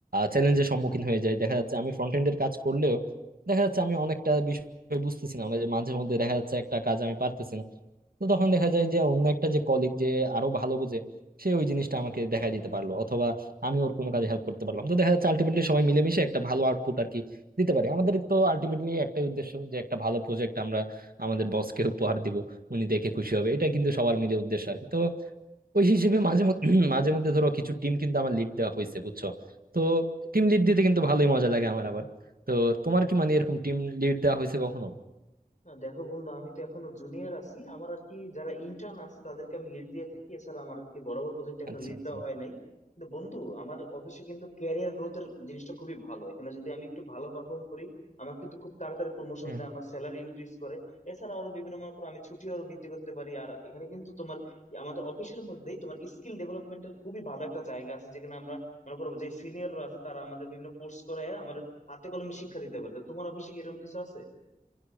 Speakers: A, on the right (about 75°); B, on the left (about 55°).
A: চ্যালেঞ্জের সম্মুখীন হয়ে যাই দেখা যাচ্ছে আমি ফ্রন্ট এন্ডের কাজ করলেও দেখা যাচ্ছে আমি অনেকটা বিষয় বুঝতেছি না মানে যে মাঝে মধ্যে দেখা যাচ্ছে একটা কাজ আমি পারতেছি না তো তখন দেখা যায় যে অন্য একটা যে কলিগ যে আরো ভালো বুঝে সে ওই জিনিসটা আমাকে দেখাই দিতে পারলো আমি ওর কোনো কাজে হেল্প করতে পারলাম তো দেখা যাচ্ছে আলটিমেটলি সবাই মিলেমিশে একটা ভালো আউটপুট আর কি দিতে পারি আমাদের তো আলটিমেটলি একটাই উদ্দেশ্য যে একটা ভালো প্রজেক্ট আমরা আমাদের বসকে উপহার দিব উনি দেখে খুশি হবে এটা কিন্তু সবার মিলে উদ্দেশ্য আর কি তো ওই হিসেবে মাঝে মধ্যে <clears throat> মাঝে মধ্যে ধরো কিছু টিম কিন্তু আমার লিড দেওয়া হয়েছে বুঝছো তো টিম লিড দিতে কিন্তু ভালোই মজা লাগে আমার আবার তো তোমার কি মানে এরকম টিম লিড দেওয়া হয়েছে কখনো
B: না দেখো বন্ধু আমি তো এখনো জুনিয়র আছি আমার আর কি যারা ইন্টার্ন আছে তাদেরকে আমি লিড দিয়ে থাকি এছাড়া আমার আর কি বড় বড় প্রজেক্ট এখনো
A: আচ্ছা
B: লিড
A: আচ্ছা
B: দেওয়া হয় নাই কিন্তু বন্ধু আমার অফিসে কিন্তু ক্যারিয়ার গ্রোথের জিনিসটা খুবই ভালো এখানে যদি আমি একটু ভালো পারফর্ম করি আমার কিন্তু খুব তাড়াতাড়ি প্রমোশন
A: হুম।
B: দেয় আমার স্যালারি ইনক্রিজ করে এছাড়া আরো বিভিন্ন মনে করো আমি ছুটি আরো বৃদ্ধি করতে পারি আর এখানে কিন্তু তোমার আমাদের অফিসের মধ্যেই তোমার স্কিল ডেভেলপমেন্টের খুবই ভালো একটা জায়গা আছে যেখানে আমরা মনে করো যে সিনিয়ররা আছে তারা আমাদের বিভিন্ন কোর্স করে আমার হাতে কলমে শিক্ষা দিতে পারে তো তোমার অফিসে কি এরকম কিছু আছে